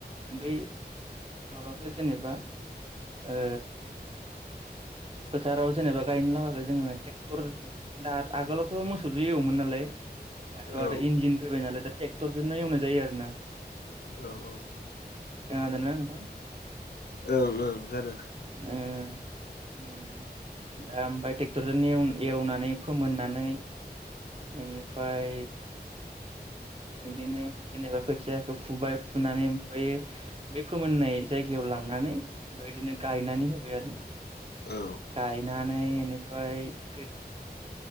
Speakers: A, on the right; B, on the left.
A: बै माबाखो जेनेबा ओ फोथाराव जेनेबा गायनो लागाखो जोंङो ट्रेक्टर दात आगोलाव थ मोसौजों एवोमोन नालाय दाथ' आदा
B: औ
A: इनजिन फैबाय नालाय देत ट्रेक्टरजोंनो एवनाय जायो आरो ना
B: औ औ
A: खोनादोना नोंथां
B: ओं ओं जानो <inaudible>
A: ओ उम दा ओमफाय ट्रेक्टरजोंव एवनानै फोमोननानै एनिफाय एदिनो जेनेबा खोथियाखौ फुबाय फुनानै ओमफायो बे फोमोननाय जायगायाव लांनानै ओमफाय एदिनो गायनानै होबाय आरो ना।
B: औ
A: गायना नै एनिफाय खोट